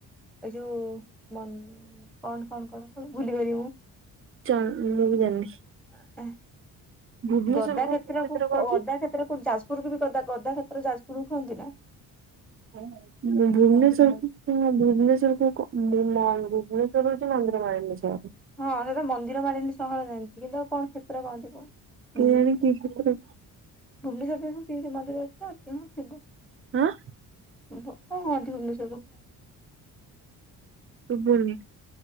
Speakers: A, in the centre; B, on the right.
A: ଏ ଯୋଉ-ଉ-ଉ ମ କଣ-କଣ-କଣ-କଣ ଭୁଲି ଗଲି ମ।
B: ଚ ମୁଁ ବି ଜାଣିନି।
A: ହୁଁ।
B: ଭୁବନେଶ୍ୱର
A: ଗଦା
B: କୁ
A: କ୍ଷେତ୍ରକୁ
B: କି କ୍ଷେତ୍ର କହନ୍ତି
A: ଗଦା କ୍ଷେତ୍ରକୁ ଯାଜ୍ ପୁରୀକୁ ବି ଗଦକ୍ ଗଦାକ୍ଷେତ୍ର ଯାଜପୁରକୁ କୁହନ୍ତି ନା?
B: <inaudible> ଭୁବନେଶ୍ବରକୁ ହଁ ଭୁବନେଶ୍ବରକୁ କଣ <inaudible> ମନ୍ଦିର ମାଳିନୀ ସହର।
A: ହଁ ସେଟା ମନ୍ଦିର ମାଳିନୀ ସହର ଜାଣିଛି କିନ୍ତୁ ଆଉ କଣ କ୍ଷେତ୍ର କହନ୍ତି କହ? ହୁଁ
B: କେଜାଣି କି କ୍ଷେତ୍ର
A: ଭୁବନେଶ୍ବର <unintelligible> <unintelligible> ଥିବ।
B: ଆଁ।
A: <unintelligible>
B: ତୁ ବୁଲି